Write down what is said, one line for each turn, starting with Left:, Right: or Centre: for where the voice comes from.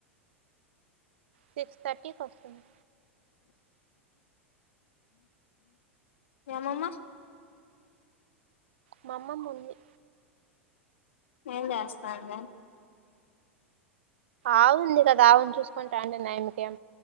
Right: సిక్స్ థర్టీకి వస్తుంది
Left: ఎమమ్మా
Right: మా అమ్మమ్మ మా ఊరికి
Left: ఏం చేస్తాండావ్
Right: ఆవు ఉంది కదా ఆవును చూసుకుంటా ఉంటుంది ఆయిమ్మికేం